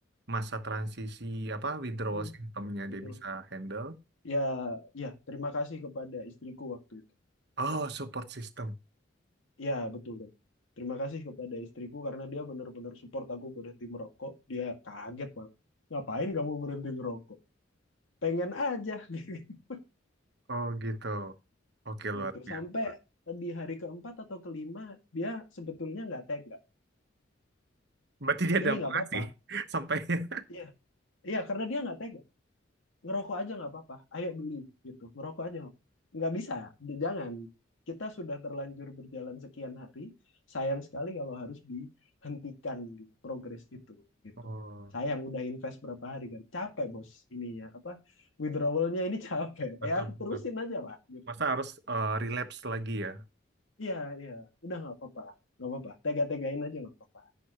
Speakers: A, on the right (about 60°); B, on the left (about 80°).
A: masa transisi apa withdrawal
B: Hmm,
A: symptomnya
B: betul.
A: dia bisa handle.
B: Ya, ya, terima kasih kepada istriku waktu itu.
A: Oh, support system.
B: Ya, betul dong. Terima kasih kepada istriku karena dia benar-benar support aku berhenti merokok. Dia kaget malah. Ngapain kamu berhenti ngerokok? Pengen aja. <laughs>
A: Oh gitu. Oke, luar
B: gitu
A: biasa.
B: sampai di hari keempat atau kelima dia sebetulnya nggak tega
A: Berarti dia ada
B: ini nggak
A: mengasihi
B: apa-apa
A: <laughs> sampainya. <laughs>
B: iya iya karena dia nggak tega ngerokok aja nggak apa-apa ayo beli gitu ngerokok aja nggak nggak bisa jangan kita sudah terlanjur berjalan sekian hari sayang sekali kalau harus dihentikan progres itu gitu
A: Oh,
B: sayang udah invest berapa hari kan capek bos ininya apa withdrawalnya ini <laughs> capek
A: betul
B: ya terusin
A: betul.
B: aja lah gitu
A: Masa harus eh, relapse lagi ya?
B: iya iya udah nggak apa-apa nggak apa-apa tega-tegain aja nggak apa-apa